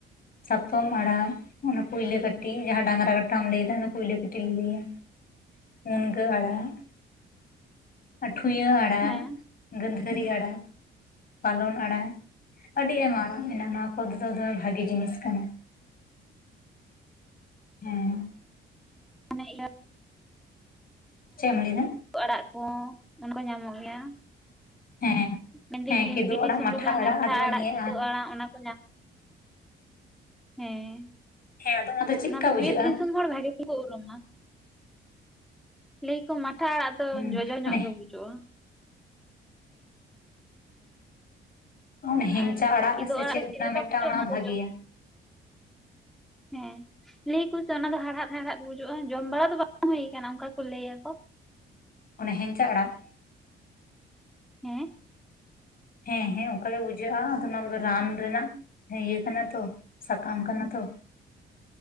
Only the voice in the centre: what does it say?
ᱦᱮᱸ
ᱢᱟᱱᱮ ᱤᱭᱟᱹ
ᱦᱚᱛᱚᱜ ᱟᱲᱟᱜ ᱠᱚ ᱚᱱᱟ ᱠᱚ ᱧᱟᱢᱚᱜ ᱜᱮᱭᱟ
ᱢᱮᱱᱫᱟᱹᱧ
ᱤᱭᱟᱹ
ᱵᱤᱨ ᱫᱤᱥᱚᱢ
ᱨᱮ ᱫᱚ ᱦᱟᱱᱮ ᱢᱟᱴᱷᱟ
ᱟᱲᱟᱜ
ᱠᱮᱫᱟᱹᱵ ᱟᱲᱟᱜ ᱚᱱᱟ ᱠᱚ ᱧᱟᱢ ᱦᱮᱸ
ᱚᱱᱟ ᱫᱚ
ᱵᱤᱨ ᱫᱤᱥᱚᱢ ᱦᱚᱲ ᱵᱷᱟᱜᱮ <unintelligible> ᱞᱟᱹᱭᱟ ᱠᱚ ᱢᱟᱴᱷᱟ ᱟᱲᱟᱜ ᱫᱚ
ᱡᱚᱡᱚ ᱧᱚᱜ
ᱜᱮ ᱵᱩᱡᱩᱜᱼᱟ᱾
ᱟᱨ
ᱠᱤᱫᱩ
ᱫᱚ
ᱞᱮᱠᱟ
ᱵᱩᱡᱩᱜᱼᱟ
ᱫᱚ ᱡᱚᱢ ᱦᱮᱸ ᱞᱟᱹᱭᱟ ᱠᱩ ᱥᱮ ᱚᱱᱟ ᱫᱚ ᱦᱟᱲᱦᱟᱫ ᱦᱟᱲᱦᱟᱫ ᱵᱩᱡᱩᱜᱼᱟ ᱡᱚᱢ ᱵᱟᱲᱟ ᱫᱚ ᱵᱟᱝ ᱦᱩᱭ ᱠᱟᱱᱟ ᱚᱱᱠᱟ ᱠᱚ ᱞᱟᱹᱭᱟ ᱠᱚ
ᱦᱮᱸ